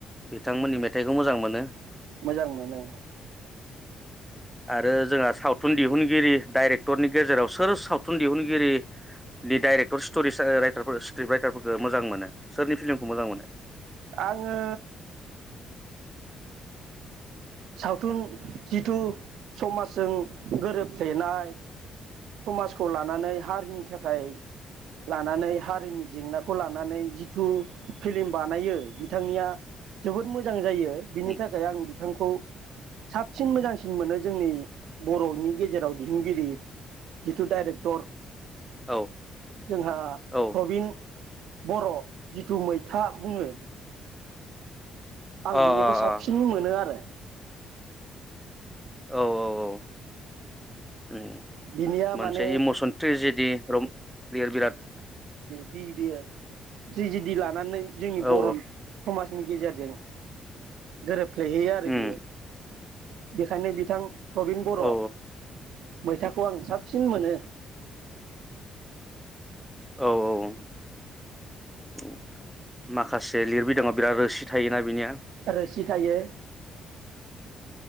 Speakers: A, in the centre; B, on the right.
A: बिथांमोननि मेथाइखौ मोजां मोनो
B: मोजां मोनो
A: आरो जोंहा साउथ थुन दिहुनगिरि डाइरेक्ट क्टरनि गेजेराव सोर सावथुन दिहुनगिरिनि डाइरेक्टर स्ट'रि राइटारफोर स्क्रिप्ट राइटारफोरखौ मोजां मोनो सोरनि फिल्मखौ मोजां मोनो।
B: आङो सावथुन जिथु समाजजों गोरोबफ्लेनाय समाजखौ लानानै हारिनि थाखाय लानानै हारिनि जेंनाखौ लानानै जिथु फिल्म बानायो बिथांनिया जोबोद मोजां जायो। बिनि
A: उम
B: थाखाय आं बिथांखौ साबसिन मोजांसिन मोनो जोंनि बर'नि गेजेराव दिहुनगिरि जिथु डाइरेक्टर
A: औ
B: जोंहा
A: औ
B: प्रबिन बर' जिथु मैथा बुङो। आं
A: अ अ
B: बिनिखौ
A: अ
B: साबसिन मोनो आरो।
A: औ औ औ उम
B: बिनिया
A: मोनसे
B: माने
A: इमसन ट्रेजेडि र ल बिराद
B: बे-बेयो त्रेजिदि ला लानानै जोंनि
A: औ
B: बर' समाज नि गेजेरजों गोरोब ख्लैहैयो आरो
A: उम
B: बियो बेखायनो बिथां प्रबिन बर'
A: औ
B: मैथाखौ आं साबसिन मोनो।
A: औ औ माखासे लिरबिदाङाव बिराद रोसि थायोना बिनिया।
B: आरो खि थायो।